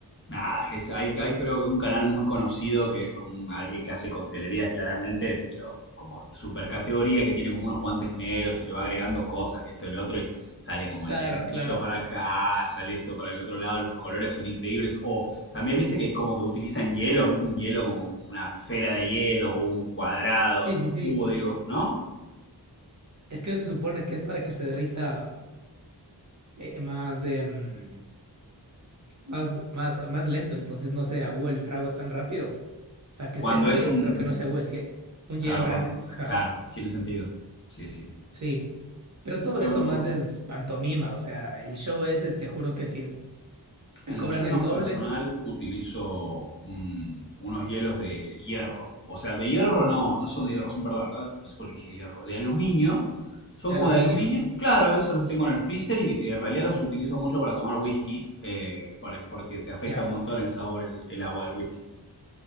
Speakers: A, on the left; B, on the right.
A: Nada, es- hay, hay creo que un canal muy conocido que es como un- alguien que hace coctelería claramente, pero como de super categoría, que tiene como unos guantes negros y le va agregando cosas, esto, el otro, y sale como
B: Claro,
A: el, el humito
B: claro.
A: para acá, sale esto para el otro lado, los colores son increíbles. O también viste que como que utilizan hielos, viste un hielo como una esfera de hielo, o un cuadrado,
B: Sí, sí,
A: o un
B: sí.
A: cubo, digo, ¿no?
B: Es que eso se supone que es para que se derrita eh, más. em, más, más, más lento, entonces no se agüe el trago tan rápido. O sea, que
A: Cuando
B: esté frío,
A: es un...
B: pero que no se agüe. Sí, un hielo
A: Claro,
B: grande,
A: cuando...
B: ajá,
A: Claro, tiene sentido. Sí, sí.
B: sí. Pero todo
A: Yo
B: eso
A: no-
B: más es pantomima, o sea, el show ese, te juro que sí, te
A: En,
B: cobran
A: yo en
B: el
A: lo
B: doble
A: personal utilizo un- unos hielos de hierro. O sea, de hierro no, no son de hierro, son, perdón, no, no sé por qué dije hierro, de aluminio. Son
B: de
A: como
B: aluminio.
A: de aluminio. Claro, esos los tengo en el freezer y eh, en realidad los utilizo mucho para tomar whisky, eh, para- porque te afecta
B: Ya,
A: un montón el sabor, el, el agua del whisky.